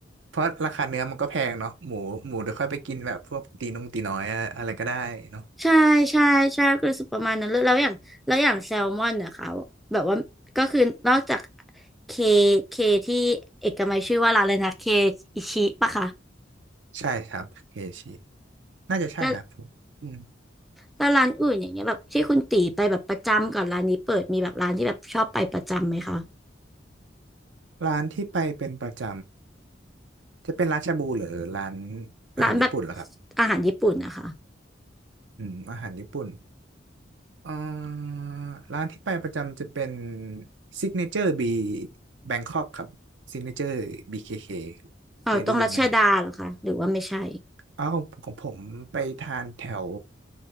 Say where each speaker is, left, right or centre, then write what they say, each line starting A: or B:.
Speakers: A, on the right (about 75°); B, in the centre.
A: เพราะราคาเนื้อมันก็แพงเนาะหมูหมูเดี๋ยวค่อยไปกินแบบพวกตีนงตีน้อยอะอะไรก็ได้เนาะ
B: ใช่ใช่ใช่ก็รู้สึกประมาณนั้นเลยแล้วอย่างแล้วอย่างแซลมอนเนี่ยเขาแบบว่าก็คือนอกจากเคเคที่เอกมัยชื่อว่าร้านอะไรนะเคอิชิปะคะ
A: ใช่ครับเคชิน่าจะใช่นะผมอืม
B: แล้วแล้วร้านอื่นอย่างเงี้ยแบบที่คุณตีไปแบบประจำก่อนร้านนี้เปิดมีแบบร้านที่แบบชอบไปประจำไหมคะ
A: ร้านที่ไปเป็นประจำจะเป็นร้านชาบูหรือร้านอาหารญี่ปุ่นเหรอครับ
B: ร้านแบบอาหารญี่ปุ่นนะคะ
A: อืมอาหารญี่ปุ่น เอ่อร้านที่ไปประจำจะเป็น Signature B Bangkok ครับ Signature BKK เคเคเคยได้ยินไหมฮะ
B: อ๋อตรงรัชดาเหรอคะหรือว่าไม่ใช่
A: อ๋อของของผมไปทานแถว